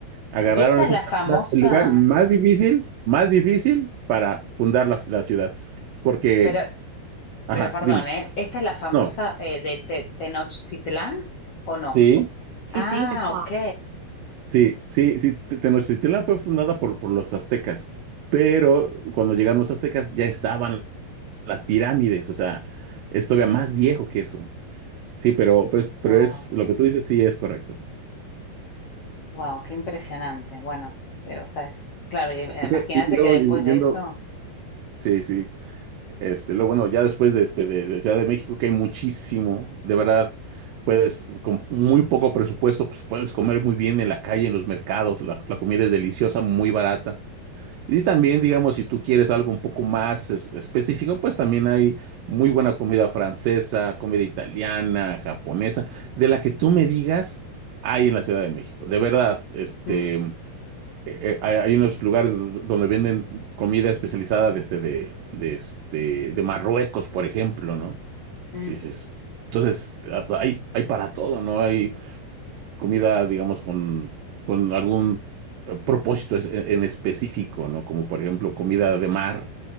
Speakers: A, on the right (about 70°); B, on the left (about 55°).
A: Agarraron
B: Y esta
A: esas
B: es la
A: personas
B: famosa,
A: el lugar, difícil, más difícil para fundar la, la ciudad. Porque,
B: pero
A: ajá,
B: Pero perdón,
A: dime.
B: ¿eh? ¿Esta es la famosa
A: No,
B: eh, de Te- Tenochtitlán o no?
A: sí,
B: Ah,
A: It's eight o'clock.
B: ok.
A: sí, sí, sí. Te- Tenochtitlán fue fundada por, por los aztecas, pero cuando llegaron los aztecas ya estaban las pirámides, o sea, es todavía más viejo que eso. Sí, pero, pues,
B: Wow,
A: pero es lo que tú dices, sí es correcto.
B: wow, qué impresionante. Bueno, eh, o sea, es claro, y- eh,
A: Ok,
B: imagínate
A: y luego
B: que después
A: y-
B: de
A: yendo.
B: eso.
A: Sí, sí. Este, luego, bueno, ya después de, este, de, de Ciudad de México, que hay muchísimo, de verdad, puedes, con muy poco presupuesto, pues puedes comer muy bien en la calle, en los mercados, la, la comida es deliciosa, muy barata. Y también, digamos, si tú quieres algo un poco más es- específico, pues también hay muy buena comida francesa, comida italiana, japonesa, de la que tú me digas, hay en la Ciudad de México. De verdad, este
B: mm,
A: eh, eh, hay, hay unos lugares do- donde venden comida especializada de este de, de, este, de Marruecos, por ejemplo, ¿no?
B: mm,
A: Y dices, entonces, ah, pues, hay, hay para todo, ¿no? Hay comida, digamos, con, con algún eh, propósito es- en, en específico, ¿no? Como por ejemplo comida de mar,